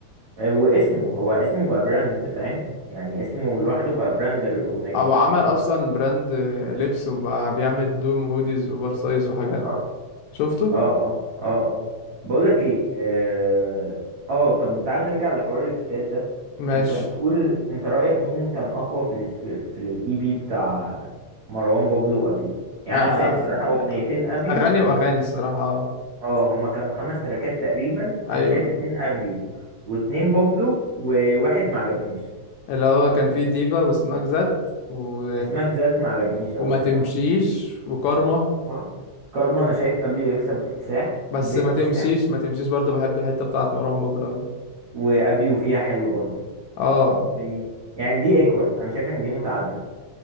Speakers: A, on the right; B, on the left.
A: آه، واسمه هو اسمه بقى براند فاهم يعني اسمه لوحده بقى براند للاغنيه
B: او عمل اصلا براند آه، لبس وبقى بيعمل هدوم وهوديز اوفر سايز وحاجات
A: اه
B: شفته
A: اه اه اه اه بقول لك ايه اه آه، طب تعال نرجع لحوار الفتات ده
B: ماشي
A: انت بتقول انت رأيك مين كان اقوى في ال في, في الاي بي بتاع مروان بابلو وابيو يعني
B: آه، آه،
A: انا شايف الصراحة اغنيتين ابيو
B: اغاني واغاني الصراحه آه.
A: اه هما كانوا خمس تراكات تقريبا
B: ايوه
A: انا شايف اتنين ابيو واتنين بابلو وواحد ما عجبنيش
B: اللي هو كان فيه ديفا وسماك زات و...
A: اسمك ذات ما عجبنيش قوي
B: وما
A: الصراحة
B: تمشيش وكارما
A: اه كارما انا شايف ابيو يكسب باكتساح
B: بس
A: باكتساح
B: ما تمشيش ما تمشيش برضه بحب الحته بتاعت مروان بابلو أوي
A: وابيو فيها حلو برضه
B: اه
A: يعني يعني دي ايكوال انا شايف ان دي متعادله